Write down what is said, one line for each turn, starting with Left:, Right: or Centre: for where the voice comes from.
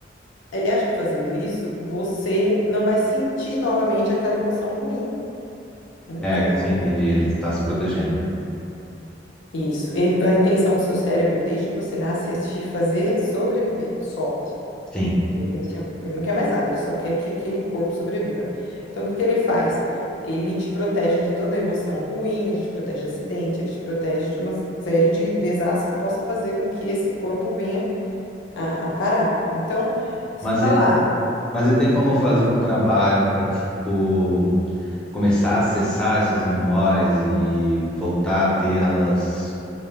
Left: ele acha que fazendo isso, você não vai sentir novamente aquela emoção ruim. Então,
Centre: É, sim, entendi. Ele tá se protegendo.
Left: Isso. Ele- a intenção do seu cérebro, desde que você nasce, é te fazer sobreviver, só.
Centre: Sim.
Left: Ele não quer, ele não quer mais nada, ele só quer que aquele corpo sobreviva. Então, o que que ele faz? Ele te protege de toda emoção ruim, ele te protege de acidente, ele te protege de uma série de desastres que possa fazer com que esse corpo venha a, a parar. Então, você
Centre: Mas
Left: tá
Centre: e-
Left: lá,
Centre: Mas e tem como fazer um trabalho para, tipo, começar a acessar essas memórias e voltar a ter elas